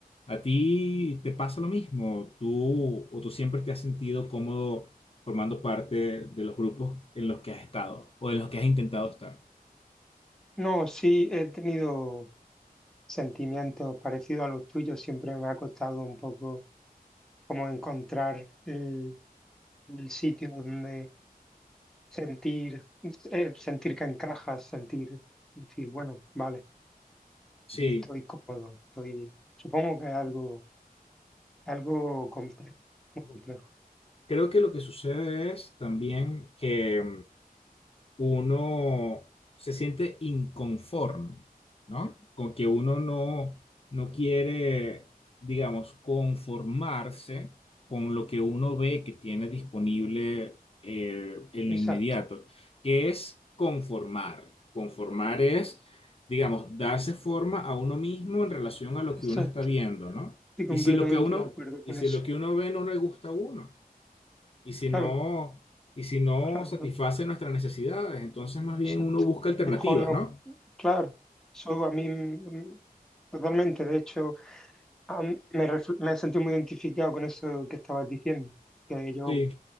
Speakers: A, on the left (about 40°); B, in the centre.
A: ¿A ti te pasa lo mismo? ¿Tú o tú siempre te has sentido cómodo formando parte de los grupos en los que has estado o en los que has intentado estar?
B: No, sí he tenido sentimientos parecidos a los tuyos. Siempre me ha costado un poco como encontrar el, el sitio donde sentir, eh, sentir que encajas, sentir, decir, bueno, vale,
A: Sí,
B: aquí estoy cómodo, estoy, supongo que es algo, algo complejo, muy complejo.
A: creo que lo que sucede es también que... uno se siente inconforme, ¿no? Con que uno no, no quiere, digamos, conformarse con lo que uno ve que tiene disponible eh, en lo
B: Exacto,
A: inmediato, que es conformar. Conformar es, digamos, darse forma a uno mismo en relación a lo
B: exacto.
A: que uno está viendo, ¿no?
B: Estoy
A: Y
B: completamente
A: si lo que uno,
B: de acuerdo
A: y
B: con
A: si
B: eso.
A: lo que uno ve no le gusta a uno. Y si
B: Claro,
A: no, y si no
B: claro,
A: satisface
B: claro,
A: nuestras necesidades, entonces más bien
B: exacto.
A: uno busca alternativas,
B: Mejor no,
A: ¿no?
B: claro, eso a mí mm, totalmente, de hecho. Ah, me, ref- me sentí muy identificado con eso que estabas diciendo, que yo
A: Sí,